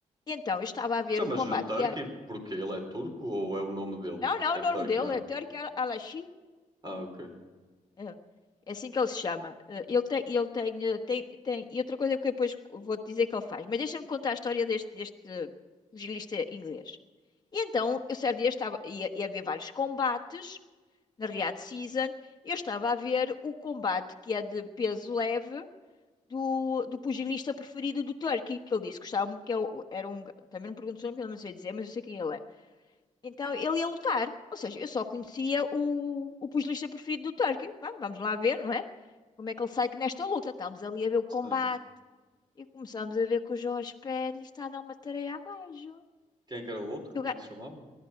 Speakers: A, on the left; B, on the right.
A: e então eu estava a ver
B: Chamas-lhe
A: um combate
B: Turkey
A: que é.
B: porque ele é turco ou é o nome dele?
A: Não, não,
B: É
A: o nome
B: Turkey
A: dele
B: mesmo.
A: é Turco Al- Alashi.
B: Ah, ok.
A: eh, É assim que ele se chama. Eh, Ele tem, ele tem, eh, tem, tem- E outra coisa que eu depois vou-te dizer que ele faz. Mas deixa-me contar a história deste, deste pugilista inglês. E então, eu certo dia estava, ia, ia haver vários combates na Riyadh Season. Eu estava a ver o combate que é de peso leve do, do pugilista preferido do Turkey, que ele disse que gostava muito, que é o- era um. ga- Também não pergunto o nome, porque eu não sei dizer, mas eu sei quem ele é. Então ele ia lutar, ou seja, eu só conhecia o, o pugilista preferido do Turkey. Vá, Vamos lá ver, não é? Como é que ele sai nesta luta? Estamos ali a ver o
B: Sim.
A: combate e começamos a ver que o Jorge Pérez está a dar uma tareia ao gajo.
B: Quem é que era o outro?
A: E
B: Como
A: o, ga-
B: é que se chamava?